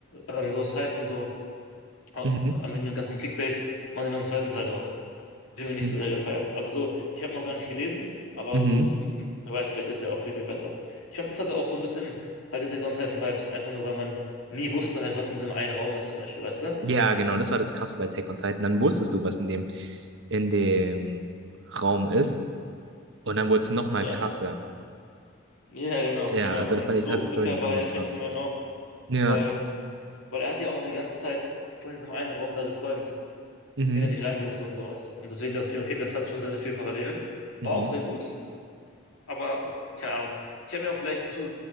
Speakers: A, on the left; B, on the right.
A: ähm, so aus Hype und so, äh, äh,
B: Mhm.
A: wegen dem ganzen Clickbait, machen die noch einen zweiten Teil draus den du nicht
B: Mhm.
A: so sehr gefeiert. Also so, ich habe ihn auch gar nicht gelesen, aber
B: Mhm.
A: so, wer weiß, vielleicht ist er auch viel, viel besser. Ich fand, das hatte auch so ein bisschen halt Attack on Titan Vibes, einfach nur, weil man nie wusste halt, was in diesem einen Raum ist zum Beispiel, weißt du?
B: Ja, genau, das war das Krasse bei Attack on Titan. Dann wusstest du, was in dem, in dem Raum ist. Und dann wurde es nochmal
A: Ja,
B: krasser.
A: ja, genau,
B: Ja,
A: genau.
B: also
A: Und
B: da fand ich,
A: so
B: da hat
A: ungefähr
B: die Story einen
A: war
B: anderen
A: ja Gentleman
B: Plot.
A: auch,
B: Ja.
A: weil, weil er hat ja auch die ganze Zeit von diesem einen Raum da geträumt,
B: Mhm.
A: in den er nicht rein durfte und sowas. Und deswegen dachte ich mir, okay, das hat schon sehr, sehr viele Parallelen. War
B: Mhm.
A: auch sehr gut, aber keine Ahnung. Ich habe mir auch vielleicht zu,